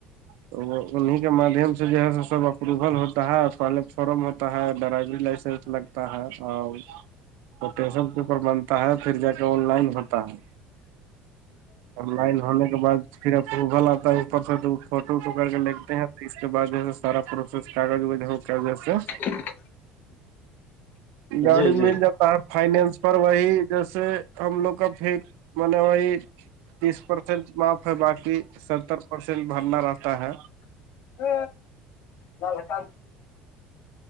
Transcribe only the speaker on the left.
<unintelligible>
جی جی
ہ جک <unintelligible>